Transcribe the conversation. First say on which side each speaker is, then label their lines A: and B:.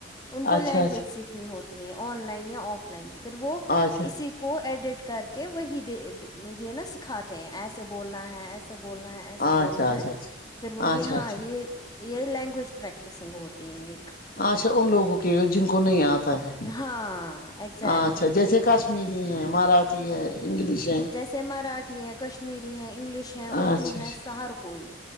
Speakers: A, on the left; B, on the left.
A: ان کو
B: اچھا
A: لینگویج سیکھ نی ہوتی ہے آن لائن یا آف لائن پھر وہ
B: اچھا اچھا
A: اسی کو ایڈٹ کر کہ وہی د د یہ نا سکھاتے ہیں ایسے بولنا ہے ایسے بولنا ہے ایسے
B: اچھا
A: بولنا
B: اچھا اچھا
A: ہے پھر وہ یہ
B: اچھا
A: ہاں
B: اچھا
A: یہ یہ لینگویج پریکٹسنگ ہوتی ہے
B: اچھا ان لوگوں کے جن کو نہیں آتا ہے
A: ہاں ایگزیکٹلی
B: اچھا جیسے کش میری ہے مراٹھی ہے انگلش ہے
A: سے مراٹھی ہے کشمیری ہے انگلش ہے اردو
B: اچھا
A: ہے ہر کوئی